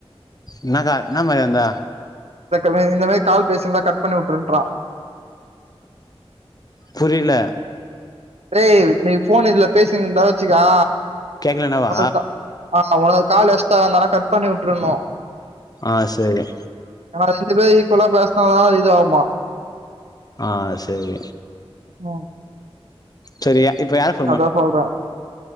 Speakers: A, on the left (about 35°); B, on the right (about 80°).
A: என்னக்கா என்ன மாரி வந்த
B: <unintelligible> இந்த மாரி கால் பேசியிருந்தா கட் பண்ணி வுட்டுருன்றா
A: புரில
B: டேய் நீ போன் இதுல பேசினு இருந்தா வச்சுக்கா
A: கேக்கல என்னவா
B: மொதல் கா ஆமா ஒரு கால் எஸ்டா அ வந்தனா கட் பண்ணி விட்டுருணும்
A: அ சேரி
B: நம்ம ரெண்டு பேர் ஈக்குல்லா பேசினாாதான் அது இது ஆகுமா
A: அ செரி
B: ம்
A: சரியா இப்ப யார்
B: அதான் சொல்றேன்